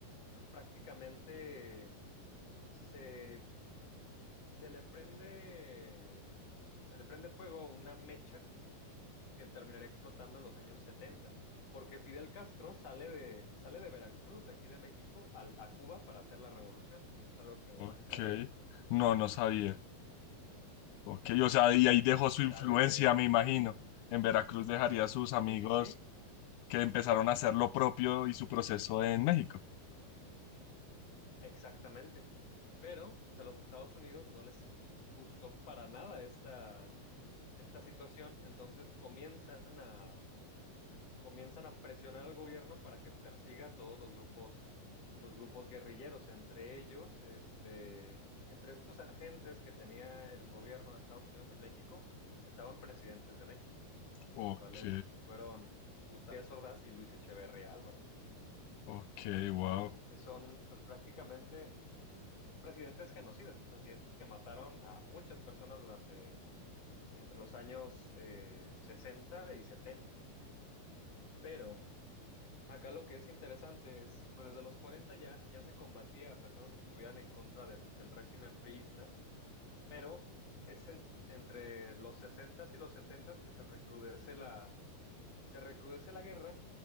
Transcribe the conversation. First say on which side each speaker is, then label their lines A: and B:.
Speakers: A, on the left (about 45°); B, on the left (about 80°).
A: pues prácticamente se, se le prende, se le prende fuego a una mecha que terminará explotando en los años 70 porque Fidel Castro sale de, sale de Veracruz, de aquí de México, al, a Cuba para hacer la revolución. Es algo que
B: Ok,
A: no sé si sabías.
B: no, no sabía. Ok, o sea, y ahí dejó su
A: Sale
B: influencia,
A: de...
B: me imagino.
A: Ujú.
B: En Veracruz dejaría a sus amigos
A: Sí, sí, sí,
B: que empezaron a hacer lo propio y su proceso en México.
A: exactamente. Pero pues a los Estados Unidos no les gustó para nada esta, esta situación, entonces comienzan a, comienzan a presionar al gobierno para que persiga a todos los grupos, los grupos guerrilleros, entre ellos, este, entre estos agentes que tenía el gobierno de Estados Unidos en México, estaban presidentes de México,
B: Ok,
A: los cuales fueron Gustavo Díaz Ordaz y Luis Echeverría Álvarez,
B: ok,
A: mm,
B: wow,
A: que son pues prácticamente presidentes genocidas, presidentes que mataron a muchas personas durante entre los años eh, 60 y setenta Pero Acá lo que es interesante es, pues desde los 40 ya, ya se combatía a personas que estuvieran en contra del, del régimen priista, pero es en- entre los 60s y los 70s que se recrudece la, se recrudece la guerra